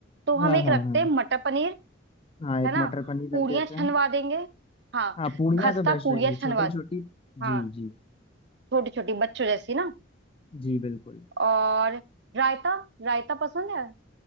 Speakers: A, on the right; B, on the left.
A: तो हम
B: हाँ
A: एक
B: हाँ
A: रखते
B: हाँ
A: हैं मटर पनीर
B: हाँ एक
A: है ना
B: मटर पनीर
A: पूड़ियाँ
B: रख देते
A: छनवा
B: हैं
A: देंगे हाँ
B: हाँ पूड़ियाँ
A: खस्ता
B: तो बेस्ट
A: पूड़ियाँ
B: रहेंगी छोटी
A: छनवा दें
B: छोटी
A: हाँ
B: जी जी
A: छोटी छोटी बच्चों जैसी ना
B: जी बिल्कुल
A: और रायता रायता पसंद है